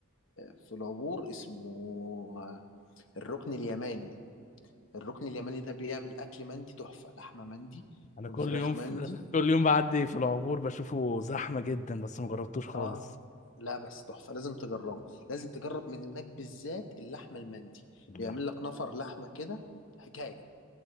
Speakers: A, on the left; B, on the left.
A: في العبور اسمه آه، الركن اليماني الركن اليماني ده بيعمل أكل مندي تحفة لحمة مندي
B: انا
A: والفراخ
B: كل يوم في...
A: مندي
B: <laughs> كل يوم بعدي في العبور بشوفه زحمه جدا بس ما جربتوش خالص
A: اه لا بس تحفة لازم تجربه لازم تجرب من هناك بالذات اللحمة المندي
B: اللحم.
A: بيعمل لك نفر لحمة كده حكاية